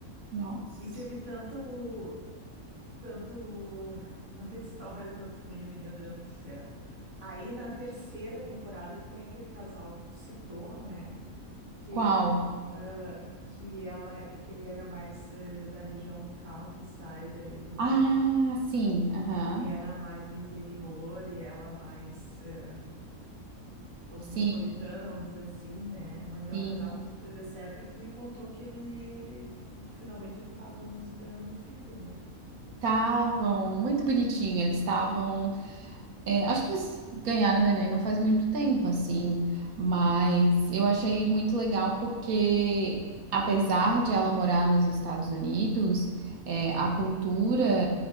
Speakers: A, on the right; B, on the right.
A: nossa.
B: E teve tanto, Tanto, tanta história, tanto meme, meu Deus do céu. Aí na terceira temporada que tem aquele casal que tu citou, né? Que,
A: Qual?
B: ah, que ela, que ele era mais eh, da região do countryside ali do,
A: Ah, sim, aham.
B: que ele era mais do interior e ela mais eh, cosmopolitana,
A: Sim,
B: vamos dizer assim, né? Mas é
A: sim.
B: um casal que super deu certo e que tu me contou que ele, que finalmente eles estavam esperando um filho, né?
A: Estavam muito bonitinho, eles estavam. É, acho que eles ganharam o Neném não faz muito tempo, assim, mas eu achei muito legal porque, apesar de ela morar nos Estados Unidos, é, a cultura,